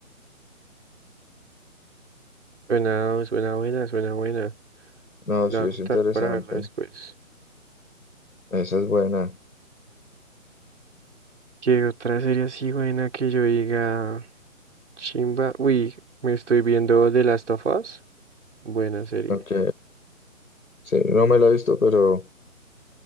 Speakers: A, on the right; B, on the left.
A: Suena, suena buena, suena buena.
B: No,
A: La
B: sí,
A: voy a
B: es
A: anotar
B: interesante.
A: para verla después.
B: Esa es buena.
A: ¿Qué otra serie así buena que yo diga? Chimba. Uy, me estoy viendo The Last of Us. Buena serie.
B: Ok. Sí, no me la he visto, pero